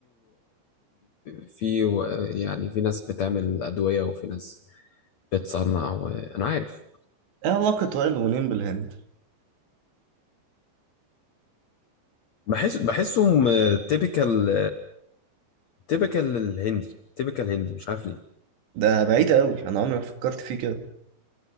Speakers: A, on the left; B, on the right.
A: في و- يعني في ناس بتعمل أدوية وفي ناس بتصنع وأنا عارف
B: ايه علاقة وائل غنيم بالهند؟
A: بحس بحسهم تيبيكال تيبيكال الهندي تيبيكال هندي مش عارف ليه
B: ده بعيدة قوي انا عمري ما فكرت فيه كده